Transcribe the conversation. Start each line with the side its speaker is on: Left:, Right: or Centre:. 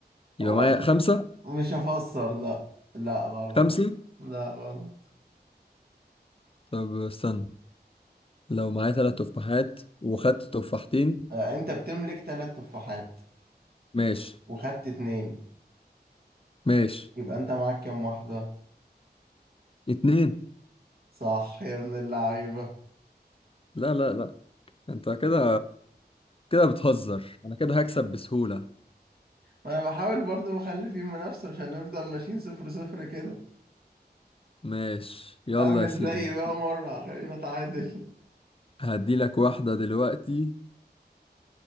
Left: يبقى
Right: هو
Left: معايا
Right: قال لي
Left: خمسة
Right: مش هفسر لا لا غلط
Left: خمسة
Right: لا غلط
Left: طب استنى لو معايا ثلاث تفاحات وخدت تفاحتين
Right: آه انت بتملك تلات تفاحات
Left: ماشي
Right: وخدت اتنين
Left: ماشي
Right: يبقى انت معاك كام واحدة
Left: اتنين
Right: صح يا ابن اللعيبة
Left: لا لا لا انت كده كده بتهزر انا كده هكسب بسهولة
Right: ما انا بحاول برضو اخلي فيه منافسة مش هنفضل ماشيين صفر صفر كده
Left: ماشي يلا
Right: اعمل
Left: يا سيدي
Right: زي بقى مرة خلينا اتعادل
Left: هديلك واحدة دلوقتي